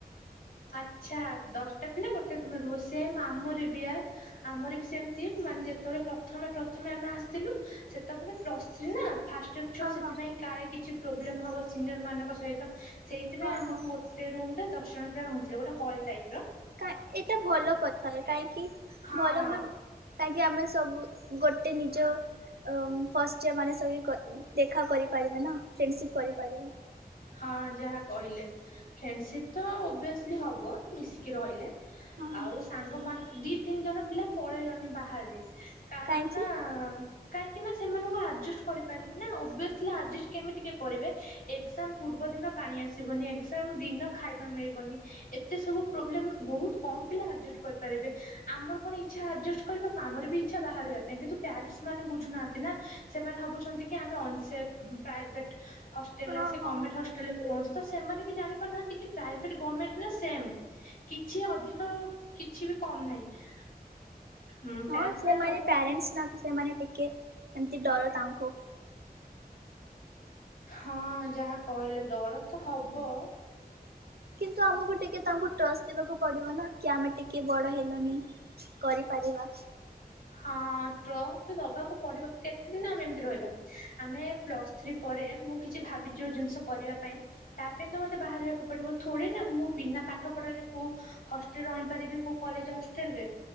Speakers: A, on the left; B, on the right.
A: ଆଛା ଦଶଟା ପିଲା ଗୋଟେ ରୁମରେ ରୁହ ସେମ ଆମର ବି ଆ ଆମର ବି ସେମିତି ମାନେ ଯେତେବେଳେ ପ୍ରଥମେ ପ୍ରଥମେ ଆମେ ଆସିଥିଲୁ ସେତେବେଳେ ପ୍ଲସ୍ ଥ୍ରୀ ନା ଫା ଛୁ
B: ହଁ
A: ସେଥିପାଇଁ
B: ହଁ
A: କାହାର କିଛି ପ୍ରୋବ୍ଲେମ୍ ହେବ ସିନିୟରମାନଙ୍କ ସହିତ ସେଇଥିପାଇଁ
B: ହଁ
A: ଆମକୁ
B: ହଁ
A: ଗୋ ସେ ରୁ ଦଶ ଜଣ ପିଲା ରହୁଥିଲେ ଗୋଟେ ହଲ୍ ଟାଇପ୍।
B: କ ଏଟା ଭଲ କଥା କହିଁକି
A: ହଁ
B: ଭଲ ନା। କାହିଁକି ଆମେ ସବୁ ଗୋଟେ ନିଜ ଫାଷ୍ଟ ଯେମାନେ ସେବି ଦେଖା କରିପାରିବେ ନା ଫ୍ରେଣ୍ଡସିପ୍ କରିପାରିବେ।
A: ହଁ ଯାହା କହିଲେ ଫ୍ରେଣ୍ଡସିପ ତ ଓଭିସଲି ହବ ମିଶିକି ରହିଲେ।
B: ହଁ ହଁ
A: ଆଉ ସାଙ୍ଗ ମାନ ଦି ତିନି ଜଣ ପିଲା ପଳେଇଲଣିି ବାହାରେ। କାରଣ
B: କାହିଁକି
A: ନା କାହିଁକି ନା ସେମାନଙ୍କୁ ଆଜେଷ୍ଟ କରିପାରିଲେନି ନା ଓବିଅସିଲ୍ କେମତି କିଏ କରିବେ ଏକ୍ସାମ ପୂର୍ବଦିନ ପାଣି ଆସିବନି ଏକ୍ସାମ୍ ଦିନ ଖାଇବା ମିଳିବନି। ଏତେ ସବୁ ପ୍ରୋବ୍ଲେମ୍ ବହୁତ କମ୍ ପିଲା ଆଡ଼ଜଷ୍ଟ କରିପାରିବେ ଆମର କଣ ଇଚ୍ଛା ଆଡ଼ଜଷ୍ଟ କରିବାକୁ ଆମର ବି ଇଚ୍ଛା ବାହାରିବା ପାଇଁ କିନ୍ତୁ ପ୍ୟାରେଣ୍ଟସ ମାନ ବୁଝୁନାହାନ୍ତି ନା ସେମାନେ ଭାବୁ ସେମାନେ ଭାବୁଛନ୍ତି କି ଆମେ ଅନସେଫ୍ଟ ପ୍ରାଇଭେଟ୍ ହଷ୍ଟେଲ
B: ହଁ
A: ଆ
B: ହଁ
A: ହଷ୍ଟେଲରେ ପ ତ ସେମାନେ ବି ଜାଣିପାରୁନାହାନ୍ତି କି ପ୍ରାଇଭେଟ ଗର୍ମେଣ୍ଟ ନା ସେମ୍ କିଛି ଅଧିକ କିଛି ବି କମ ନାହିଁ। ହୁଁ
B: ହଁ
A: ପ୍ୟାରେଣ୍ଟସ୍
B: ସେମାନେ
A: ମାନେ ଭାବୁଛନ୍ତି
B: ପ୍ୟାରେଣ୍ଟସ୍ ନା ତ ସେମାନେ ଟିକେ ଏମିତି ଡର ତାଙ୍କୁ
A: ହଁ ଯାହା କହିଲେ ଡର ତ ହବ।
B: କିନ୍ତୁ ଆମକୁ ଟିକେ ତାଙ୍କୁ ଟ୍ରଷ୍ଟ ଦବାକୁ ପଡିବ ନା କି ଆମେ ଟିକେ ବଡ଼ ହେଲଣି। କରିପାରିବା।
A: ହଁ ଟ୍ଲସ ତ ଦବାକୁ ପଡିବା କେତେ ଦିନ ଆମେ ଏମତି ରହିବା ଆମେ ପ୍ଲସ୍ ଥ୍ରୀ ପରେ ମୁଁ କିଛି ଭାବିଛି କିଛି ଯୋଉ ଜିନିଷ କରିବା ପାଇଁ ତା ପାଇଁ ତ ମୋତେ ବାହାରେ ରହିବାକୁ ଏପଟିବ ଥୋଡ଼ି ନା ମୁଁ ବିନା ପାଠ ପଢ଼ାରେ କେଉଁ ହଷ୍ଟେଲ ରହିପାରିବି କେଉଁ କଲେଜ ହଷ୍ଟେଲରେ